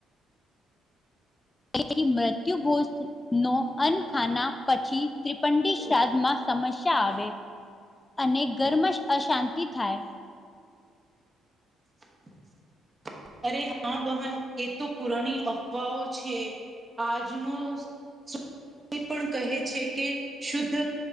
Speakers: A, on the left; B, on the right.
A: એ થી મૃત્યુ ભોજ નો અન્નખાના પછી ત્રિપંડી શ્રાદ્ધમાં સમસ્યા આવે અને ઘરમાં સ અશાંતિ થાય
B: <inaudible> અરે હા બહન એ તો પુરાણી અફવાઓ છે. આજનો સ તે પણ કહે છે કે શુદ્ધ